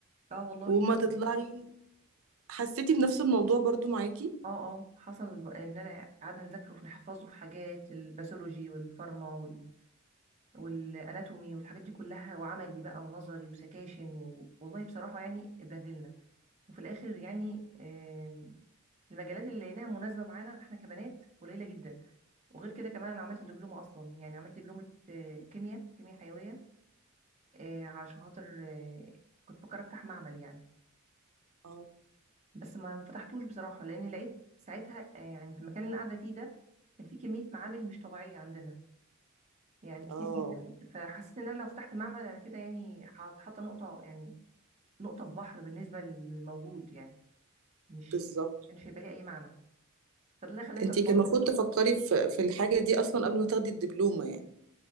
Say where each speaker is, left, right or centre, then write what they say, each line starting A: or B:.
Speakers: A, on the right (about 30°); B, on the right (about 75°).
A: اه والله
B: وما
A: حصل
B: تطلعي حسيتي بنفس الموضوع برضو معاكي
A: اه اه حصل ب- ان انا قاعده نذاكره في نحفظه في حاجات الباثولوجي والفارما وال... والاناتومي والحاجات دي كلها وعملي بقى ونظري وسكاشن و... والله بصراحه يعني اتبهدلنا وفي الاخر يعني آم، المجالات اللي لقيناها مناسبه معانا احنا كبنات قليله جدا وغير كده كمان انا عملت دبلومه اصلا يعني عملت دبلومه آه، كيمياء كيمياء حيويه آه، علشان خاطر آه، كنت بفكر افتح معمل يعني
B: اه
A: بس ما ما فتحتوش بصراحة لأن لقيت ساعتها آه، يعني في المكان اللي أنا قاعدة فيه ده كان في كمية معامل مش طبيعية عندنا يعني كتير
B: اه
A: جدا فحسيت إن أنا لو فتحت معمل أنا كده يعني هت- حاطة نقطة يعني نقطة في بحر بالنسبة للموجود يعني مش
B: بالظبط
A: كانش هيبقى ليه أي معنى فده اللي خلاني
B: انت
A: أحبط
B: كان المفروض تفكري في في الحاجه دي اصلا قبل ما تاخدي الدبلومه يعني